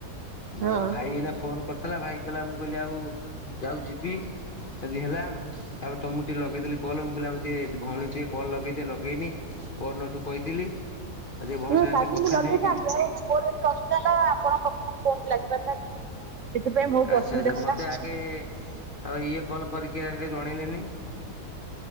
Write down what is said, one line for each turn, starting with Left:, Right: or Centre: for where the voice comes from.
Left: ମ
Right: ହଁ।
Left: ଭାଇ ଏଇନା ଫୋନ କରିଥିଲା ଭାଇ କହିଲା ମୁଁ କହିଲି ଆଉ ଯାଉ ଯିବି ଯଦି ହେଲାମ ତାପରେ ତମୁ ଟିକେ ଲଗେଇଦେଲି କଲ୍ ମୁଁ କହିଲି ଆମେ ଟିକେ ଭଉଣୀ ଟିକେ କଲ ଲଗେଇଦିଏ ଲଗେଇନି ପର୍ନଟୁ କହିଥିଲି। <inaudible>
Right: ନା
Left: ସାଙ୍ଗେ
Right: କାଲି
Left: ଟିକେ କଥା
Right: ମୁଁ ଲଗେଇଥାନ୍ତି
Left: ହେଇକିରି
Right: ଆଉ ମୋର ଏମିତି ଅସୁବିଧା ହେଲା ଆପଣଙ୍କ କଥା ଫୋନ୍ ଲାଗିପାରିଲାନି ସେଥିପାଇଁ ବହୁତ
Left: ଆଚ୍ଛା
Right: ଅସୁବିଧା
Left: ଆଚ୍ଛା
Right: ହେଲା।
Left: ମତେ ଆଗେ ଆଉ ଇଏ କଲ କରିକି ଆଗେ ଜଣେଇଲେନି।